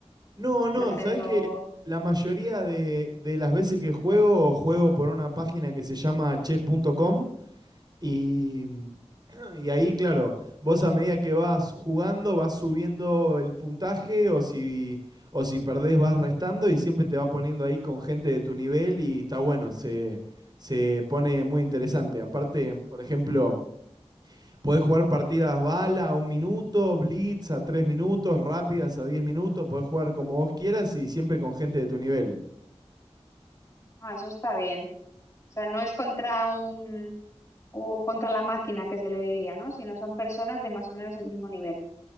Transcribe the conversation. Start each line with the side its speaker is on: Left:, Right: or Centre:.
Right: No, no,
Left: el hacerlo.
Right: sabes que la mayoría de, de las veces que juego, juego por una página que se llama chess.com y, mm, y ahí, claro, vos a medida que vas jugando vas subiendo el puntaje o si, o si perdés vas restando y siempre te va poniendo ahí con gente de tu nivel y está bueno, se, se pone muy interesante. Aparte, por ejemplo, Podés jugar partidas bala a un minuto, blitz a tres minutos, rápidas a diez minutos, podés jugar como vos quieras y siempre con gente de tu nivel.
Left: Ah, eso está bien. O sea, no es contra un, o contra la máquina que se le diría, ¿no? Sino son personas de más o menos el mismo nivel.